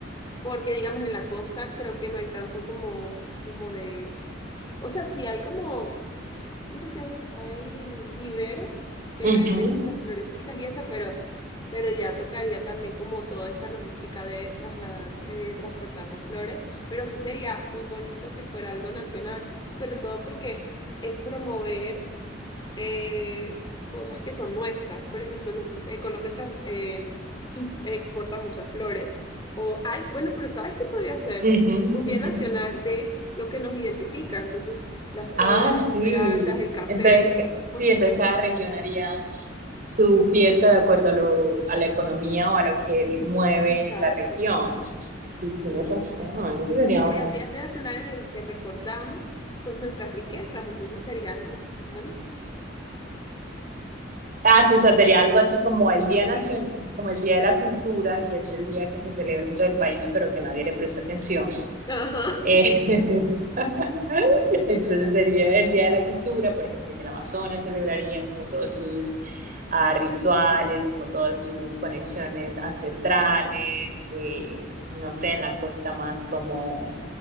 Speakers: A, on the left; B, on the right.
A: porque digamos en la costa creo que no hay tanto como, como de, o sea, sí hay como ¿cómo que se llama? Hay viveros que
B: Ujú,
A: venden como florecitas y eso, pero, pero ya tocaría también como toda esa logística de trasladar, eh, transportar las flores, pero sí sería muy bonito que fuera algo nacional, sobre todo porque es promover eh, cosas que son nuestras. Por ejemplo, nosotros- eh, Colombia trans- eh, im- exporta muchas flores. O hay, bueno, pero ¿sabes qué podría ser?
B: ujú,
A: Un
B: ujú.
A: día nacional de lo que nos identifica. Entonces, las flores,
B: Ah, sí.
A: las esmeraldas, el café.
B: Entonces, ca- sí,
A: Por-
B: entonces cada región haría su fiesta de acuerdo a lo, a la economía o a lo que mueve
A: Exacto,
B: la región. <laughs> Sí, tienes
A: sí.
B: razón. Eso sería
A: Y sería
B: un-
A: un día nacional en el que recordamos, pues, nuestras riquezas. Entonces sería algo bonito.
B: Ah, sí, o sea, sería algo así como el Día Nacion- como el Día de la Cultura, que es el día que se celebra en todo el país, pero que nadie le presta atención.
A: Ajá.
B: Eh,
A: <laughs>
B: <laughs>
A: Sí,
B: entonces
A: total.
B: sería el Día de la Cultura, por ejemplo, en el Amazonas celebrarían como todos sus ah, rituales, como todas sus conexiones ancestrales, eh, no sé, en la costa más como,